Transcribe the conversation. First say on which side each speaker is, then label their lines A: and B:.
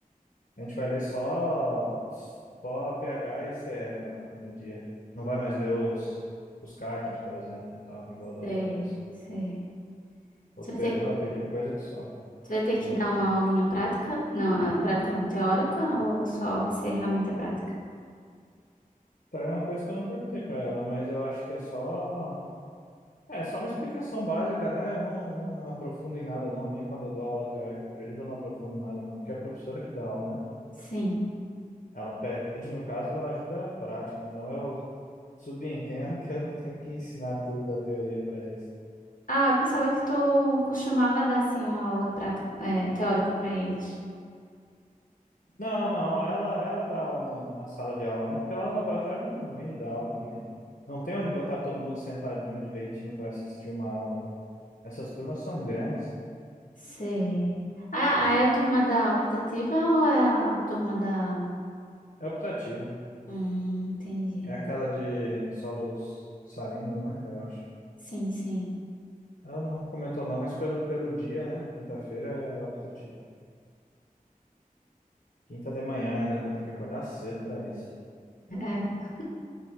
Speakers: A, on the left; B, on the left.
A: A gente vai ler só, só pH e CE no, no dia. Não vai mais ler os, os cátions, por exemplo, e tal, igual da
B: Sei,
A: outra vez.
B: sei.
A: Outro
B: Tu vai
A: período
B: ter,
A: ela pediu coisa que só.
B: tu vai ter que
A: Hum.
B: dar uma aulinha prática? Não, é prática não, teórica, ou só vai ser realmente a prática?
A: Então é uma coisa que eu não perguntei pra ela, mas eu acho que é só. É só uma explicação básica, né? Eu não, não aprofundo em nada, não. Nem quando eu dou aula teórica pra eles, eu não aprofundo nada, não. Porque é a professora que dá aula, né?
B: Sim.
A: Ela pede, no caso, a ajuda prática, então eu subentendo que eu não tenho que ensinar tudo da teoria para eles.
B: Ah, eu pensava que tu costumava dar, assim, uma aula prática, é, teórica para eles.
A: Não, não, ela, ela dá aula no- na sala de aula, né? Porque lá no laboratório é muito ruim de dar aula também. Não tem onde botar todo mundo sentadinho direitinho para assistir uma aula. Essas turmas são grandes.
B: Sei. Ah, ah, é a turma da optativa ou é a turma da.
A: É optativa.
B: Hum, entendi.
A: É aquela de solos salinos, né? Eu acho.
B: Sim, sim.
A: Ela não comentou não, mas pelo, pelo dia, né? Quinta-feira é optativa. Quinta de manhã ainda vou ter que acordar cedo para isso.
B: É.